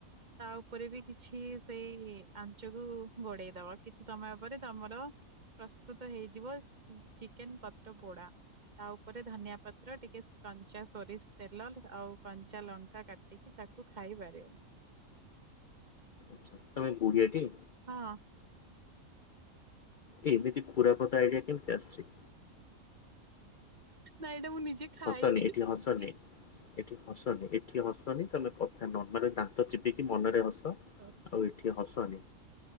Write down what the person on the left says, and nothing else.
ଆଛା ତମ କୋଡିଏଟି
ଏ ଏମିତି ଖରାପଦ ଆଇଡିଆ କେମିତି ଆସିଛି?
ହସନି ଏଠି ହସନି। ଏଠି ହସନି ଏଠି ହସନି ତମେ କଥା ନର୍ମ ଦାନ୍ତ ଚିପିକି ମନରେ ହସ।
ଆଉ ଏଠି ହସନି।